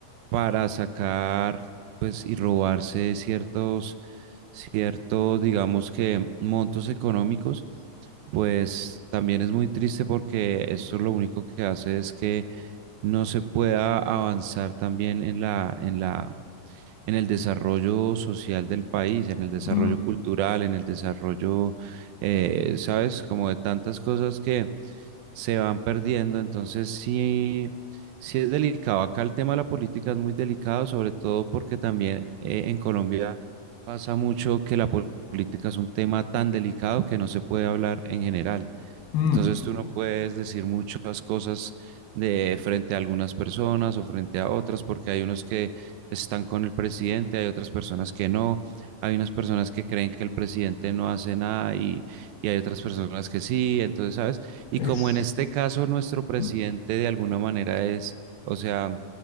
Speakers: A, on the right; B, on the left.
A: para sacar pues y robarse ciertos ciertos digamos que montos económicos, pues también es muy triste porque esto lo único que hace es que no se pueda avanzar también en la en la en el desarrollo social del país, en el desarrollo
B: mm,
A: cultural, en el desarrollo, eh, ¿sabes? Como de tantas cosas que se van perdiendo. Entonces, sí, sí es delicado. Acá el tema de la política es muy delicado, sobre todo porque también eh, en Colombia pasa mucho que la pol- política es un tema tan delicado que no se puede hablar en general.
B: mm,
A: Entonces tú no puedes decir muchas cosas de frente a algunas personas o frente a otras, porque hay unos que están con el presidente, hay otras personas que no, hay unas personas que creen que el presidente no hace nada y, y hay otras personas que sí, entonces, ¿sabes? Y
B: es...
A: como en este caso nuestro presidente
B: mm,
A: de alguna manera es, o sea,